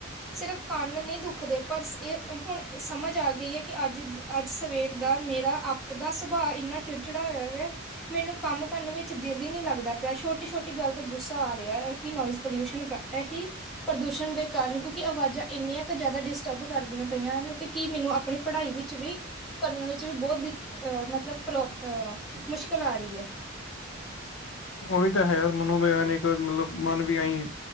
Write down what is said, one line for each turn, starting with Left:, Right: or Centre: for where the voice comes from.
Centre: ਸਿਰਫ਼ ਕੰਨ ਨੀ ਦੁਖਦੇ ਪਰ ਏ ਹੁਣ ਸਮਝ ਆ ਗਈ ਐ ਕਿ ਅੱਜ। ਅੱਜ ਸਵੇਰ ਦਾ ਮੇਰਾ ਆਪ ਦਾ ਸੁਭਾਅ ਇੰਨਾ ਚਿੜਚਿੜਾ ਹੋਇਆ ਹੋਇਆ ਮੈਨੂੰ ਕੰਮ ਕਰਨ ਵੀ, ਦਿਲ ਈ ਨੀ ਲੱਗਦਾ ਪਿਆ ਛੋਟੀ-ਛੋਟੀ ਗੱਲ ਤੇ ਗੁੱਸਾ ਆ ਰਿਹਾ ਇਹੀ ਨੋਇਜ਼ ਪੋਲਿਊਸ਼ਨ ਇਹੀ। ਪ੍ਰਦੂਸ਼ਣ ਦੇ ਕਾਰਨ ਕਿਉਂਕਿ ਆਵਾਜ਼ਾਂ ਇੰਨੀਆਂ ਕ ਜ਼ਿਆਦਾ ਡਿਸਟਰਬ ਕਰਦੀਆਂ ਪਈਆਂ ਹਨ ਤੇ ਕੀ ਮੈਨੂੰ ਆਪਣੀ ਪੜ੍ਹਾਈ ਵਿੱਚ ਵੀ ਕਰਨ ਵਿੱਚ ਵੀ ਬਹੁਤ ਢਿਫ ਅ ਮਤਲਬ ਪ੍ਰੋਬ ਅਹ ਮੁਸ਼ਕਿਲ ਆ ਰੀ ਐ।
Left: ਓਹੀ ਤਾਂ ਹੈ ਮਨੋਵਿਗਿਆਨਿਕ ਮਤਲਬ ਮਨ ਵੀ ਐਈ।